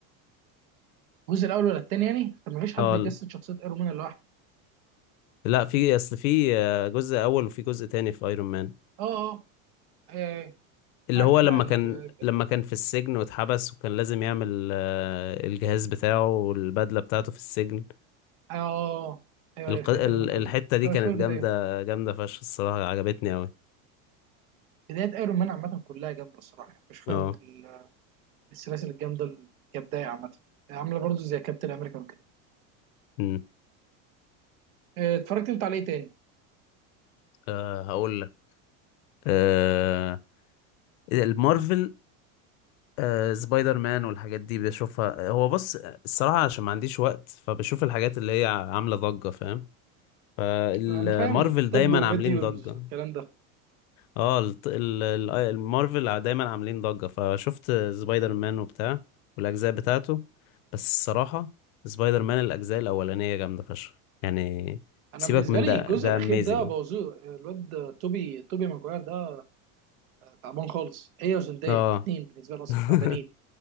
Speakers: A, on the right; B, on the left.
A: الجزء الأول ولا التاني يعني طب ما فيش حد
B: اه
A: يجسد
B: ال-
A: شخصية أيرون مان لوحده
B: لا في اصل في آه، جزء اول وفي جزء تاني في ايرون مان
A: أه أه آه،
B: اللي
A: معك
B: هو لما
A: لا ال
B: كان لما كان في السجن واتحبس وكان لازم يعمل آه، الجهاز بتاعه والبدله بتاعته في السجن
A: اه ايوه
B: الق...
A: ايوه فاكر
B: ال-
A: انا الجزء
B: الحته
A: ده
B: دي
A: لا
B: كانت
A: مش فاكر
B: جامده
A: ده ايه
B: جامده فشخ الصراحه عجبتني قوي
A: بداية ايرون مان عامة كلها جامدة الصراحة يعني مش فاهم
B: اه
A: من ال- السلاسل الجامدة ال- كبداية عامة عاملة برضو زي كابتن امريكا وكده
B: امم
A: آه، اتفرجت انت عليه تاني
B: أه هقول لك أه المارفل أه سبايدر مان والحاجات دي بشوفها هو بص الصراحة عشان ما عنديش وقت فبشوف الحاجات اللي هي عاملة ضجة فاهم فالمارفل
A: انا فاهم
B: دايما
A: طب وميديولز
B: عاملين ضجة
A: والكلام ده
B: اه الط- ال- ال- آه، المارفل دايما عاملين ضجة فشفت سبايدر مان وبتاع والأجزاء بتاعته بس الصراحة سبايدر مان الأجزاء الأولانية جامدة فشخ يعني
A: انا
B: سيبك
A: بالنسبة
B: من
A: لي
B: ده
A: الجزء
B: ده
A: الاخير
B: اميزنج
A: ده بوظوه آه، الواد توبي توبي ماجواير ده آه، تعبان خالص هي وزندية
B: اه
A: الاتنين بالنسبة لي اصلا
B: <laughs>
A: تعبانين